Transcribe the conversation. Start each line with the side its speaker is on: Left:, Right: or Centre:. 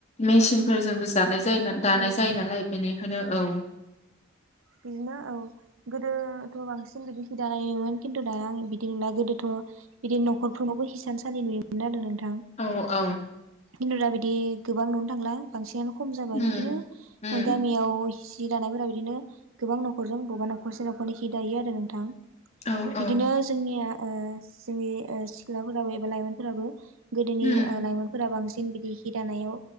Left: मेसिनफोरजोंबो जानाय जा दानाय
Right: औ
Left: जायो
Right: औ
Left: नालाय बेनिखायनो औ।
Right: बिदिनो औ गोदोथ' बांसिन बिदि हि दायोमोन खिन्थु दा आं बिदि नुला गोदोथ' बिदिनो नखरफोरावबो हिसान सालि नुयोमोन आरो नोंथां।
Left: औ औ।
Right: खिन्थु दा बिदि गोबां नुनो थांला बांसिनानो खम जाबाय
Left: उम
Right: बिदिनो
Left: उम
Right: गामियाव सि दानायफोरा बिदिनो गोबां न'खरजों बबेबा न'खरसे न'खरनि सि दायो आरो नोंथां।
Left: औ
Right: बिदिनो
Left: औ
Right: जोंनिया ओ जोंनि ओ सिख्लाफोराबो एबा लाइमोनफोराबो गोदोनि
Left: उम
Right: लाइमोनफोरा बांसिन बांसिन बिदि हि दानायाव